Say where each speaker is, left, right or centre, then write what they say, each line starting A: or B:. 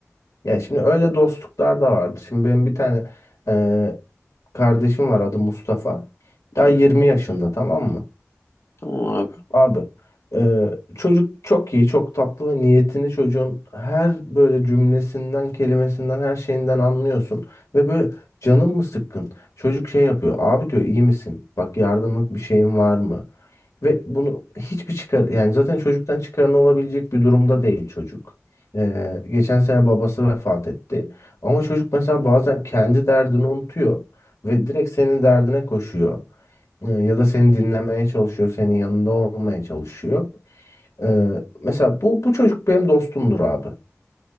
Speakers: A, on the left; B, on the left.
A: Ya şimdi öyle dostluklar da vardır. Şimdi benim bir tane e, kardeşim var adı Mustafa. Daha
B: Hı,
A: 20 yaşında tamam mı?
B: tamam abi.
A: Abi e, çocuk çok iyi, çok tatlı ve niyetini çocuğun her böyle cümlesinden, kelimesinden, her şeyinden anlıyorsun. Ve böyle canın mı sıkkın? Çocuk şey yapıyor. Abi diyor iyi misin? Bak yardımlık bir şeyin var mı? Ve bunu hiçbir çıkar yani zaten çocuktan çıkarın olabilecek bir durumda değil çocuk. Ee, geçen sene babası vefat etti. Ama çocuk mesela bazen kendi derdini unutuyor ve direkt senin derdine koşuyor. Ee, ya da seni dinlemeye çalışıyor, senin yanında olmaya çalışıyor. Ee, mesela bu bu çocuk benim dostumdur abi.